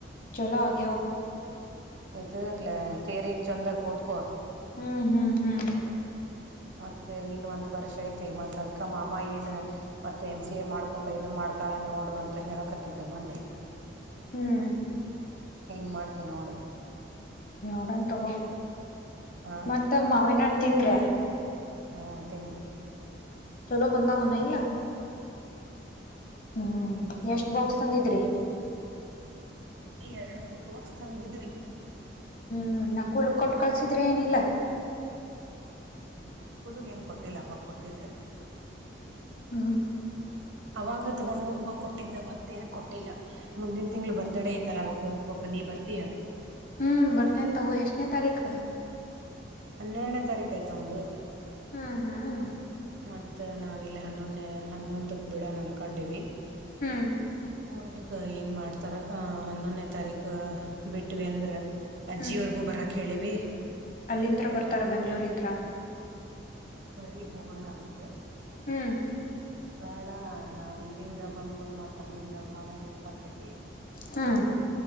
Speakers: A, on the left (about 45°); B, on the right (about 85°).
A: ಚೆಲುವಾಗಿ ಹೂ
B: ಇದುಲ್ಲ ತೇರಗ್ ಚಂದಾಗ ಓದ್ಕೋ
A: ಹ್ಮ್ ಹ್ಮ್ ಹ್ಮ್
B: ಮತ್ತೆ ಇನ್ನ ಒಂದ್ ವರ್ಷ ಐತಿ ಮತ್ತ ಅದ್ಕ ಮಾ ಮ್ಮ ಏನು ಮತ್ತೆ ಎಮ್ ಸಿ ಎ ಮಾಡ್ಕೊಂಡ ಇದ ಮಾಡ್ತಾಳೆ ನೋಡು ಅಂತ ಹೇಳಕತ್ತಿದ್ದ ಮೊನ್ನೆ
A: ಹ್ಮ್
B: ಏನು ಮಾಡ್ತಿವಿ ನೋಡು
A: ನಡನ್ ತಗೋ
B: ಹ
A: ಮತ್ತ ಮಾವ ಹಣ್ ತಿಂದ್ರೆ
B: ಹ್ಮ ತಂಗು
A: ಚಲೋ ಬಂದಾವಣ ಇಲ್ಲ
B: ಹ್ಮ
A: ಹ್ಮ್ ಎಷ್ಟ್ ಬಾಕ್ಸ್ ತಂದಿದ್ರಿ
B: ಎರಡು ಮೂರ್ ಬಾಕ್ಸ್ ತಂದಿದ್ವಿ
A: ಹ್ಮ್ ನಾ ಕೂಲ್ ಕೊಟ್ಟು ಕಳ್ಸಿದ್ರೆ ಏನಿಲ್ಲ
B: ಕುೂಗ್ ಏನ್ ಕೊಟ್ಟಿಲ್ಲ ಅವಾಗ ಕೊಟ್ಟಿದ್ರೆ
A: ಹ್ಮ್
B: ಅವಾಗ ತಗೊಂಡ್ ಹೋಗುವಾಗ ಕೊಟ್ಟಿದ್ದ ಮತ್ತೇನು ಕೊಟ್ಟಿಲ್ಲ ಮುಂದಿನ ತಿಂಗಳು ಬರ್ತಡೇ ಐ್ತಲ್ಲ ಅವವಾಗ ಹೋಗ್ಬೇಕು ನೀ ಬರ್ತೀ
A: ಹ್ಮ್ ಬರ್ತೇನೆ ತಗೋ ಎಷ್ಟನೇ ತಾರೀಖ
B: ಹನ್ನೆರಡನೇ ತಾರೀಕು ಆಯ್ತ ಒಂದು
A: ಹ್ಮ ಹ್ಮ್
B: ಮತ್ತ್ ನಾವ ಇಲ್ಲಿ ಹನ್ನೊಂದೇ ಹನ್ನೊಂದಕ್ ಬಿಡ ಅನ್ಕೊಂಡಿವ
A: ಹ್ಮ್
B: ನೋಡ್ಬೇಕು ಏನ್ ಮಾಡ್ತಾರ ಹನ್ನೊನೇ ತಾರೀಕು ಬಿಟ್ವಿ ಅಂದ್ರೆ ಅಜ್ಜಿಯವರ್ಗು
A: ಹ್ಮ್
B: ಬರ ಕೇಳಿವ
A: ಅಲ್ಲಿಂತ್ರ ಬರ್ತಾರ ಬೆಂಗ್ಗಳೂರಿಂತ್ರ
B: ನಾ ಇಲ್ಲಿಗೆ ಬರ್ರಿ ಹೋಗೋಣ ಅಂದೆ
A: ಹ್ಮ್
B: ಅವ್ರು ಬೇಡ ನಾವ್ ಇಲ್ಲಿಂದ ಬಂದು ಮತ್ತ್ ಅಲ್ಲಿಂದ ಬಾಳ ರಿಸ್ಕ್ ಹಾಕೇತಿ
A: ಹ್ಮ